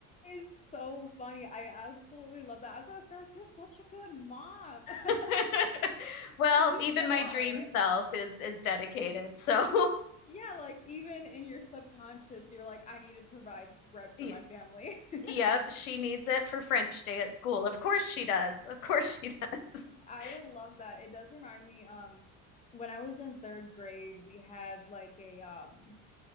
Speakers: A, on the left; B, on the left.
A: is so funny. I absolutely love that. I was gonna say, like, you're such a good mom. <laughs>
B: <laughs> Well,
A: You
B: even
A: still
B: my
A: are.
B: dream self is is dedicated. So
A: Yeah, like even in your subconscious, you're like, I need to provide
B: <laughs>
A: bread for
B: yeah,
A: my family. <laughs>
B: Yep, she needs it for French day at school. Of course she does. Of course she does. <laughs>
A: I love that. It does remind me, um, when I was in third grade, we had like a um